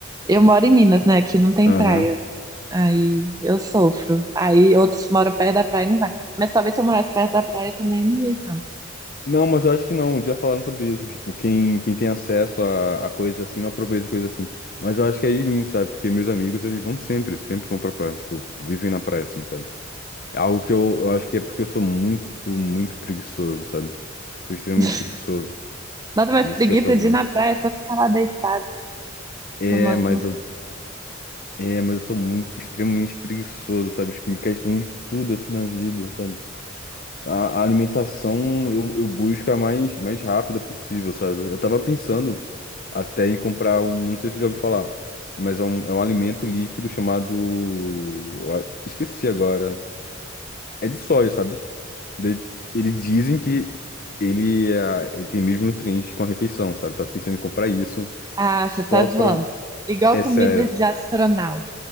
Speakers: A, on the right; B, on the left.
A: eu moro em Minas, né? Aqui não tem
B: Aham.
A: praia. Aí eu sofro. Aí outros moram perto da praia e não vai. Mas talvez se eu morasse perto da praia também não ia ir tanto.
B: Não, mas eu acho que não, já falaram sobre isso, que, tipo, quem, quem tem acesso a, a coisas assim, não aproveita coisas assim. Mas eu acho que é de mim, sabe? Porque meus amigos, eles vão sempre, sempre vão pra praia, tipo, vivem na praia, assim, sabe? É algo que eu, eu acho que é porque eu sou muito, muito preguiçoso, sabe? Sou extremamente
A: <laughs>
B: preguiçoso,
A: Nada mais
B: e
A: preguiça
B: esse que é o problema.
A: de ir na praia, é só ficar lá deitado,
B: É,
A: tomando.
B: mas eu, é, mas eu sou muito, extremamente preguiçoso, sabe? Tipo, em questão de tudo, assim, na vida, sabe? A, a alimentação eu, eu busco a mais, mais rápida possível, sabe? Eu tava pensando até em comprar um, não sei se você já ouviu falar, mas é um, é um alimento líquido chamado. Esqueci agora. É de soja, sabe? De- eles dizem que ele, é, ele tem mesmo nutrientes com a refeição, sabe? Tava pensando em comprar isso
A: Ah,
B: só
A: você tá zoando.
B: pra.
A: Igual
B: É
A: comida
B: sério.
A: de astronauta.